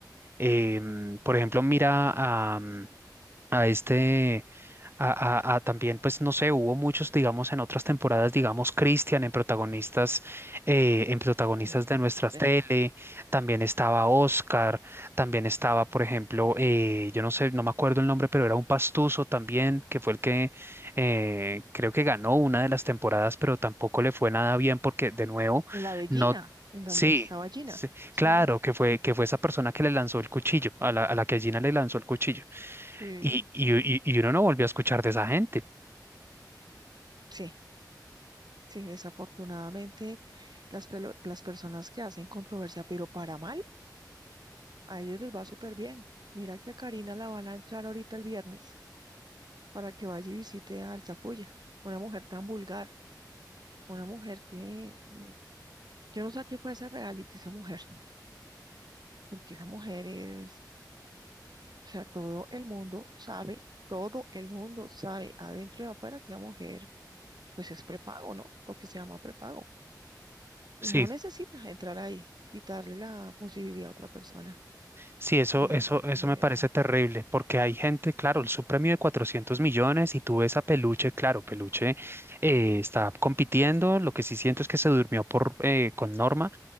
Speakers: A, on the right (about 30°); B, on the right (about 70°).
A: Em, por ejemplo, mira a a este, a, a- a también, pues no sé, hubo muchos, digamos, en otras temporadas, digamos, Christian en protagonistas, eh, en protagonistas
B: Claro.
A: de nuestra
B: Sí.
A: tele, también estaba Oscar, también estaba, por ejemplo, eh, yo no sé, no me acuerdo el nombre, pero era un pastuso también, que fue el que eh, creo que ganó una de las temporadas, pero tampoco le fue nada bien porque, de nuevo,
B: La de
A: no,
B: Gina, en donde
A: sí.
B: estaba Gina.
A: sí,
B: Sí,
A: claro, que fue, que fue esa persona que le lanzó el cuchillo, a la, a la que Gina le lanzó el cuchillo
B: sí,
A: y,
B: sí.
A: y- y- y uno no volvió a escuchar de esa gente.
B: Sí, sí, desafortunadamente las, pelo- las personas que hacen controversia, pero para mal, a ellos les va súper bien. Mira que a Karina la van a entrar ahorita el viernes para que vaya y visite a Alzafulla, una mujer tan vulgar, una mujer que mm, yo no sé a qué puede ser reality esa mujer. porque esa mujer es, o sea, todo el mundo sabe, todo el mundo sabe adentro y afuera que esa mujer, pues es prepago, ¿no? Lo que se llama prepago. No
A: Sí,
B: necesitas entrar ahí, quitarle la posibilidad a otra persona
A: sí, eso,
B: de,
A: eso, eso
B: de
A: me
B: verdad.
A: parece terrible, porque hay gente, claro, el premio de 400 millones y tú ves a Peluche, claro, Peluche eh, está compitiendo, lo que sí siento es que se durmió por, eh, con Norma,